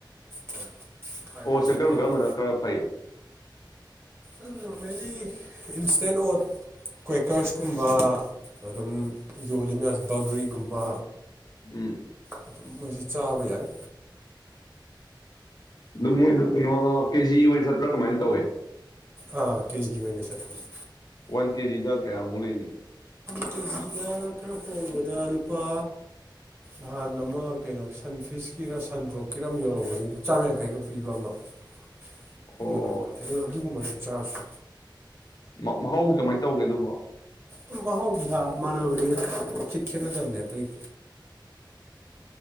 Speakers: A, on the right; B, on the left.
A: ꯍꯣꯏ ꯐꯥꯏꯕꯔꯁꯨ
B: ꯑꯣꯠꯁꯤ ꯀꯔꯝ
A: ꯋꯥꯡꯉꯦ
B: ꯀꯔꯝꯕꯅ ꯈꯔ ꯐꯩ
A: ꯑꯗꯨꯝ ꯅꯣꯔꯃꯦꯜꯂꯤ ꯏꯟꯁꯇ‌ꯦꯟ ꯑꯣꯠ ꯀ꯭ꯋꯦꯀꯔꯁꯀꯨꯝꯕ ꯑꯗꯨꯝ ꯌꯣꯜꯂꯤ ꯃꯌꯥꯝꯁ‌ꯦ ꯕꯒ꯭ꯔꯤꯒꯨꯝꯕ
B: ꯎꯝ
A: ꯑꯗꯨ ꯃꯣꯏꯁ‌ꯦ ꯆꯥꯕ ꯌꯥꯏ
B: ꯑꯗꯨꯝ ꯃꯣꯏꯗ ꯀꯩꯅꯣ ꯀꯦꯖꯤ ꯑꯣꯏꯅ ꯆꯠꯄ꯭ꯔꯥ ꯀꯃꯥꯏ ꯇꯧꯋꯦ
A: ꯑ ꯀꯦꯖꯤ ꯑꯣꯏꯅ ꯆꯠꯄꯅ‌ꯦ
B: ꯋꯥꯟ ꯀꯦꯖꯤꯗ ꯀꯌꯥꯃꯨꯛ ꯂꯩꯅꯤ
A: ꯀꯦꯖꯤꯗ ꯈꯔ ꯍꯣꯡꯕꯗ ꯂꯨꯄꯥ ꯅꯍꯥꯟ ꯑꯃ ꯀꯩꯅꯣ ꯁꯟꯐꯤꯁꯀꯤꯔꯥ ꯁꯟꯗ꯭ꯔꯣꯞꯀꯤꯔ ꯑꯃ ꯌꯣꯜꯍꯧꯕꯅꯤ ꯆꯥꯝꯃ ꯌꯥꯡꯈꯩꯈꯛ ꯄꯤꯕ ꯑꯃ
B: <inaudible>
A: <unintelligible>
B: ꯑꯣ
A: ꯑꯗꯨ ꯑꯗꯨꯒꯨꯝꯕꯥ ꯆꯥꯔꯁ
B: ꯃꯥ ꯃꯍꯥꯎꯁ ꯀꯃꯥꯏꯅ ꯇꯧꯒꯦ ꯑꯗꯨꯕꯣ
A: ꯑꯗꯨꯝ ꯃꯍꯥꯎ ꯌꯥ ꯃꯥꯟꯅꯕꯅꯤ ꯈꯤꯠ ꯈꯦꯠꯅꯗꯝꯅꯦꯇꯩ